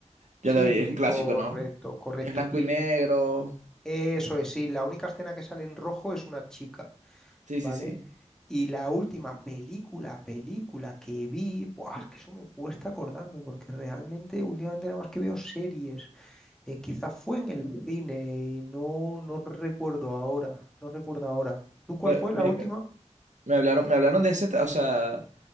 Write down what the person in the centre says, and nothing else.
Sí,
sí,
sí,
correcto,
correcto.
Y
l- eso es, sí, la única escena que sale en rojo es una chica,
¿vale?
Y la última película, película que vi, buah, es que eso me cuesta acordarme, porque realmente últimamente nada más que veo series. Eh, quizás fue en el cine y no, no recuerdo ahora, no recuerdo ahora. ¿Tú cuál
fue
la última?